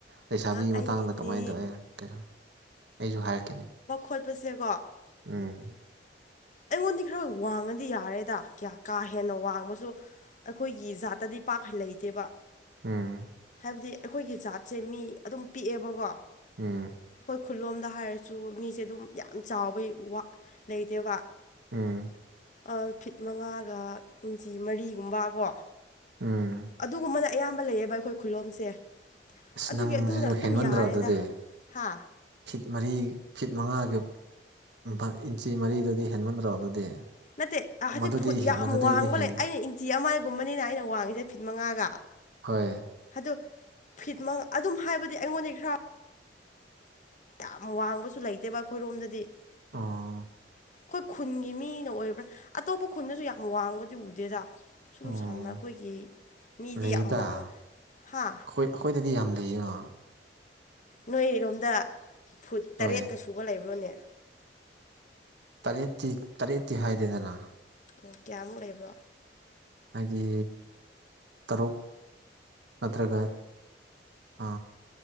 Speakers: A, on the right; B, on the left.
A: ꯂꯩꯩꯁꯥꯕꯤꯒꯤ
B: ꯑꯩꯒꯤꯗꯤ
A: ꯃꯇꯥꯡꯗ ꯀꯃꯥꯏꯅ ꯇꯧꯋꯦ ꯀꯩꯅꯣ ꯑꯩꯖꯨ ꯍꯥꯏꯔꯛꯀꯦꯅꯦ
B: ꯐꯣꯠꯄꯁꯦ ꯀꯣ
A: ꯎꯝ
B: ꯑꯩꯉꯣꯟꯗꯤ ꯈꯔ ꯋꯥꯡꯉꯗꯤ ꯌꯥꯔꯦꯗ ꯀ꯭ꯌꯥ ꯀꯥ ꯍꯦꯟꯅ ꯋꯥꯡꯕꯁꯨ ꯑꯩꯈꯣꯏꯒꯤ ꯖꯥꯠꯇꯗꯤ ꯄꯥꯛ ꯂꯩꯇꯦꯕ
A: ꯎꯝ
B: ꯍꯥꯏꯗꯤ ꯑꯩꯈꯣꯏꯒꯤ ꯖꯥꯠꯁꯦ ꯃꯤ ꯑꯗꯨꯝ ꯄꯤꯛꯑꯦꯕꯀꯣ
A: ꯎꯝ
B: ꯑꯩꯈꯣꯏ ꯈꯨꯜꯂꯣꯝꯗ ꯍꯥꯏꯔꯁꯨ ꯃꯤꯁꯦ ꯑꯗꯨꯝ ꯌꯥꯝ ꯆꯥꯎꯕꯩ ꯋꯥ ꯂꯩꯇꯦꯕ
A: ꯎꯝ
B: ꯑ ꯐꯤꯠ ꯃꯉꯥꯒ ꯏꯟꯆꯤ ꯃꯔꯤꯒꯨꯝꯕ ꯀꯣ
A: ꯎꯝ
B: ꯑꯗꯨꯒꯨꯝꯕꯅ ꯑꯌꯥꯝꯕ ꯂꯩꯌꯦꯕ ꯑꯩꯈꯣꯏ ꯈꯨꯜꯂꯣꯝꯁꯦ
A: ꯑꯁ
B: ꯑꯗꯨꯒꯤ
A: ꯅꯪꯁꯤꯁꯨ
B: ꯑꯗꯨꯅ ꯑꯗꯨꯝ
A: ꯍꯦꯟꯃꯟꯗ꯭ꯔꯣ
B: ꯌꯥꯔꯦꯗ
A: ꯑꯗꯨꯗꯤ
B: ꯍꯥ
A: ꯐꯤꯠ ꯃꯔꯤ ꯐꯤꯠ ꯃꯉꯥꯒ ꯐ ꯏꯟꯆꯤ ꯃꯔꯤꯗꯨꯗꯤ ꯍꯦꯟꯃꯟꯗ꯭ꯔꯣ ꯑꯗꯨꯗꯤ
B: ꯅꯠꯇꯦ ꯑ ꯍꯖꯤꯛ
A: ꯃꯗꯨꯗꯤ
B: ꯐꯨꯠ ꯌꯥꯝ
A: ꯃꯗꯨꯗꯩꯗꯤ
B: ꯋꯥꯡꯕ
A: ꯍꯦꯟꯅ
B: ꯂꯩ ꯑꯩꯅ ꯏꯟꯆꯤ ꯑꯃꯒꯨꯝꯕꯅꯤꯅ ꯑꯩꯅ ꯋꯥꯡꯉꯤꯁꯦ ꯐꯤꯠ ꯃꯉꯥꯒ
A: ꯍꯣꯏ
B: ꯑꯗꯣ ꯐꯤꯠ ꯃ ꯑꯗꯨꯝ ꯍꯥꯏꯕꯗꯤ ꯑꯩꯉꯣꯟꯗꯩꯩ ꯈꯔ ꯌꯥꯝ ꯋꯥꯡꯕꯁꯨ ꯂꯩꯇꯦꯕ ꯑꯩꯈꯣꯏꯔꯣꯝꯗꯗꯤ
A: ꯑꯣ
B: ꯑꯩꯈꯣꯏ ꯈꯨꯟꯒꯤ ꯃꯤꯅ ꯑꯣꯏꯕ꯭ꯔꯥ ꯑꯇꯣꯞꯄ ꯈꯨꯟꯗꯁꯨ ꯌꯥꯝ ꯋꯥꯡꯕꯗꯤ ꯎꯗꯦꯗꯥ ꯁꯨꯝ
A: ꯑꯣ
B: ꯁꯝꯅ ꯑꯩꯈꯣꯏꯒꯤ ꯃꯤꯗꯤ
A: ꯂꯩꯗ
B: ꯌꯥꯝ ꯋꯥꯡ
A: ꯑꯩꯈꯣꯏ
B: ꯍꯥ
A: ꯑꯩꯈꯣꯏꯗꯗꯤ ꯌꯥꯝ ꯂꯩꯌꯦꯅ
B: ꯅꯣꯏꯔꯣꯝꯗ ꯐꯨꯠ ꯇꯔꯦꯠꯀ
A: ꯍꯣꯏ
B: ꯁꯨꯕ ꯂꯩꯕ꯭ꯔꯣꯅꯦ
A: ꯇꯔꯦꯠꯇꯤ ꯇꯔꯦꯠꯇꯤ ꯍꯥꯏꯗꯦꯗꯅ
B: ꯎꯝ ꯀꯌꯥꯃꯨꯛ ꯂꯩꯕ꯭ꯔꯣ
A: ꯍꯥꯏꯗꯤ ꯇꯔꯨꯛ ꯅꯠꯇ꯭ꯔꯒ ꯑ